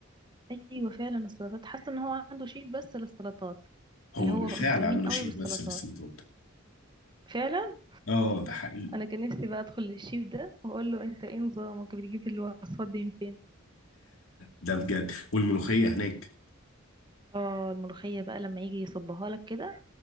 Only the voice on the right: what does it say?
أيوة فعلا السلطات حاسة إن هو عنده شيف بس للسلطات
اللي هو
مهتمين
قوي
بالسلطات
فعلا
أنا كان نفسي بقى أدخل للشيف ده وأقول له أنت إيه نظامك بتجيب الوصفات دي من فين
اه الملوخية بقى لما يجي يصبها لك كده